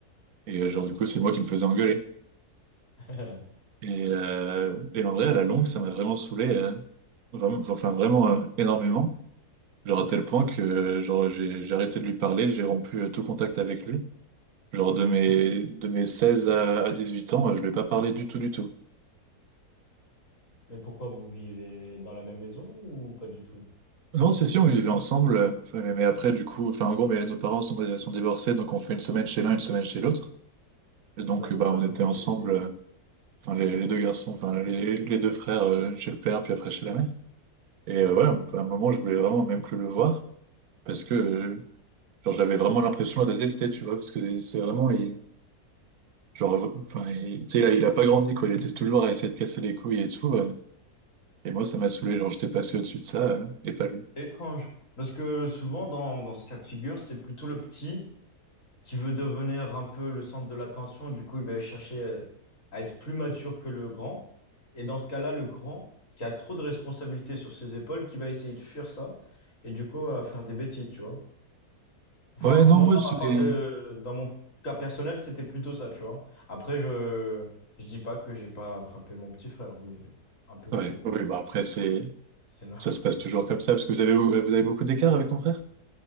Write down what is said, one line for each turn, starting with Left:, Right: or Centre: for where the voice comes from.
Right: Et euh, genre, du coup, c'est moi qui me faisais engueuler.
Left: <laughs>
Right: Et, euh, et en vrai, à la longue, ça m'a vraiment saoulé, euh, vraiment, enfin vraiment euh, énormément. Genre à tel point que euh, genre, j'ai, j'ai arrêté de lui parler, j'ai rompu euh, tout contact avec lui. Genre de mes,
Left: Ah ouais.
Right: de mes 16 à, à 18 ans, euh, je ne lui ai pas parlé du tout, du tout.
Left: Mais pourquoi vous vivez dans la même maison ou pas du tout?
Right: Non, c'est si, on vivait ensemble, euh, enfin, mais mais après, du coup, enfin en gros, mais nos parents sont, sont divorcés, donc on fait une semaine chez l'un, une semaine chez l'autre. Et donc,
Left: Et dans ce
Right: euh, bah,
Left: cas-là,
Right: on
Left: vous
Right: était
Left: vous
Right: ensemble,
Left: évitez.
Right: euh, enfin les, les deux garçons, enfin les, les deux frères euh, chez le père, puis après chez la mère. Et
Left: Ok.
Right: euh, ouais, enfin, à un moment, je voulais vraiment même plus le voir parce que euh, Genre, j'avais vraiment l'impression de la détester, tu vois, parce que c'est vraiment. il- genre, enfin, il- tu sais, il, a il a pas grandi, quoi. Il était toujours à essayer de casser les couilles et tout. euh, et moi, ça m'a saoulé. Genre, j'étais passé au-dessus de ça, euh, et pas lui.
Left: C'est Étrange. Parce que souvent, dans, dans ce cas de figure, c'est plutôt le petit qui veut devenir un peu le centre de l'attention. Du coup, il va chercher à à être plus mature que le grand. Et dans ce cas-là, le grand, qui a trop de responsabilités sur ses épaules, qui va essayer de fuir ça et du coup, à faire des bêtises, tu vois. Enfin,
Right: Ouais, non,
Left: moi,
Right: moi,
Left: dans
Right: c'est.
Left: ma part
Right: les-
Left: de, dans mon cas personnel, c'était plutôt ça, tu vois. Après, je, je dis pas que j'ai pas frappé mon petit frère, mais un peu
Right: Ouais,
Left: trop, quoi.
Right: oui, bah après, c'est.
Left: C'est no-
Right: Ça se passe toujours comme ça, parce que vous avez, vous avez beaucoup d'écart avec ton frère?